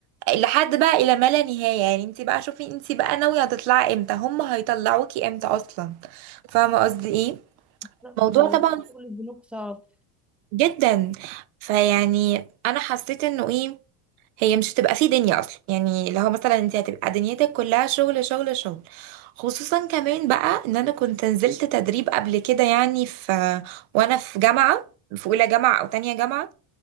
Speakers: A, on the right; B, in the centre.
A: لحد بقى الى ما لا نهايه يعني انت بقى شوفي انت بقى ناويه هتطلعي امتى هم هيطلعوكي امتى اصلا فاهمه قصدي ايه
B: بالظبط
A: الموضوع
B: هو
A: طبعا
B: لا شغل البنوك صعب
A: جدا فيعني انا حسيت انه ايه هي مش هتبقى في دنيا اصلا يعني لو مثلا انت هتبقى دنيتك كلها شغل شغل شغل خصوصا كمان بقى ان انا كنت نزلت تدريب قبل كده يعني في وانا في جامعه في اولى جامعه او تانية جامعه